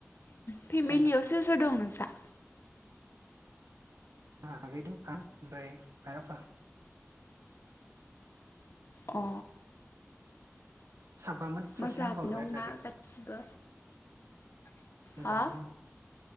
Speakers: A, on the left; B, on the right.
A: फेमिलियावसो
B: आंना
A: सो दं नोंसा?
B: आ आगैदोंं आ ओमफ्राय आय आफा।
A: अ।
B: साबबामोन ससेया
A: मोजाङानो
B: हाबा हरबाय
A: दंना
B: आगै।
A: गासिबो
B: मोजांङैनो।
A: हा